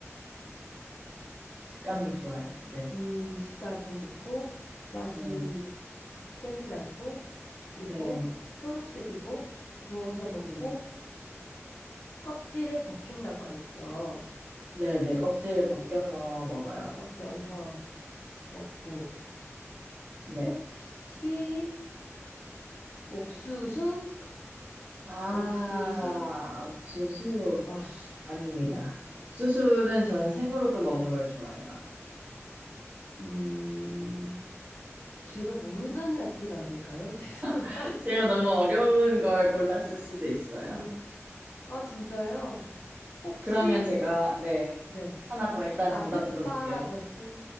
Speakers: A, on the right; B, on the left.
A: 식감이 좋아요. 네.
B: 음, 식감이 좋고, 맛이
A: 네.
B: 세진 않고, 그리고
A: 네.
B: 초록색이고, 구워서 먹고,
A: 네.
B: 껍질을 벗긴다고 하셨죠.
A: 네네, 껍질 벗겨서 먹어요.
B: 벗겨서 먹고,
A: 네.
B: 혹시, 옥수수?
A: 아,
B: 옥수수?
A: 옥수수?
B: 어,
A: 아닙니다.
B: 음,
A: 옥수수는 저는 생으로도 먹는
B: 음,
A: 걸 좋아해요.
B: 음. 제가 모르는 야채가 아닐까요? <laughs>
A: <laughs> 제가 너무 어려운 걸 골랐을 수도 있어요.
B: 죄송합니다. 아, 진짜요? 혹시,
A: 그러면 제가, 네,
B: 네.
A: 하나 더 일단
B: 아스파라거스?
A: 정답 들어볼게요.